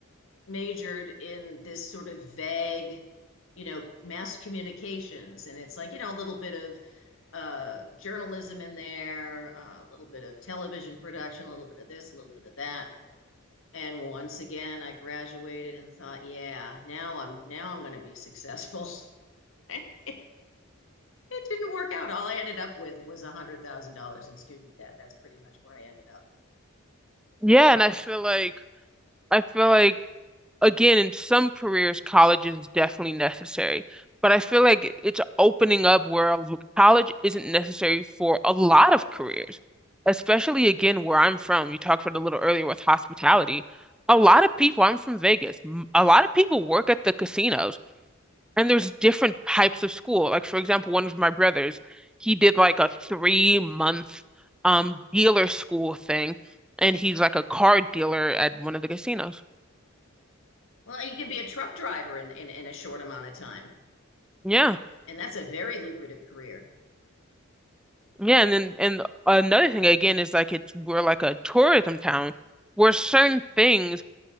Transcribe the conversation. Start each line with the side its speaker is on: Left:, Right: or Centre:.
Left: majored in this sort of vague, you know, mass communications. And it's like, you know, a little bit of uh, journalism in there, uh, a little bit of television production, a little bit of this, a little bit of that. And once again, I graduated and thought, yeah, now I'm now I'm going to be successful. <laughs> it didn't work out. All I ended up with was $100,000 in student debt. That's pretty much where I ended up.
Centre: Yeah, and I feel like I feel like again in some careers, college is definitely necessary, but I feel like it's opening up where a l- college isn't necessary for a lot of careers, especially again where I'm from. You talked about it a little earlier with hospitality. A lot of people, I'm from Vegas. m- A lot of people work at the casinos. And there's different types of school. Like for example, one of my brothers, he did like a three month um dealer school thing, and he's like a car dealer at one of the casinos.
Left: Well, you can be a truck driver in, in, in a short amount of time,
Centre: Yeah,
Left: and that's a very lucrative career.
Centre: yeah. And then and another thing again is like it's we're like a tourism town where certain things